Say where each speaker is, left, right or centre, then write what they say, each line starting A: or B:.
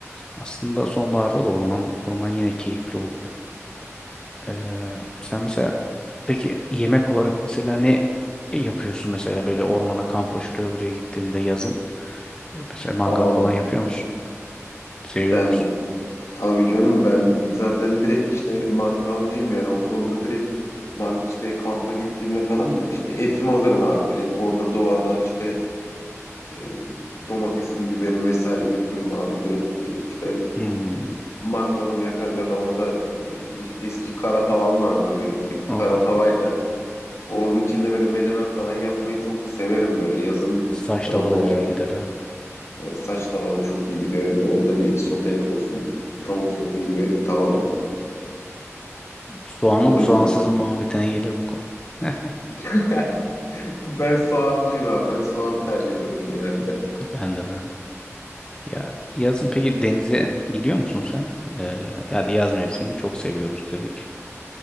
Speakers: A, on the left (about 15°); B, on the left (about 65°).
A: Aslında sonbaharda da orman orman yine keyifli oluyor. Ee, sen mesela peki yemek olarak mesela ne yapıyorsun mesela böyle ormana kampa şuraya buraya gittiğinde yazın? E, Mesela mangal
B: Aa,
A: falan yapıyor musun? Seviyor
B: ben
A: musun?
B: tabii canım ben zaten direkt işte mangalcıyım yani o konuda direkt man, işte kampa gittiğimde falan işte etimi alırım abi direkt orada doğada işte e, domatesim, biberim vesaire götürürüm abi direkt e, işte
A: Hmm.
B: mangalımı yakarım ya da orada e, eski kara tavam vardır benim böyle
A: Of
B: kara
A: of
B: tavayla
A: of.
B: Onun içinde böyle menemen falan yapmayı çok severim böyle yazın
A: Saç
B: ya
A: tava
B: da doğaya
A: da güzel gider ha.
B: gidiyor. Saç tavada çok iyi gidiyor. Orada bir sote yapıyorsun. Tavuk sote gibi tavada.
A: Soğanlı
B: O
A: mı
B: da
A: soğansız
B: güzel.
A: mı muhabbetine gelir bu konu. Heh,
B: <laughs> Ben soğancıyım abi. Ben soğanı tercih ederim genelde.
A: <laughs> ben de ben de. Ya yazın peki denize gidiyor musun sen? Ee, ya da yaz mevsimini çok seviyoruz dedik.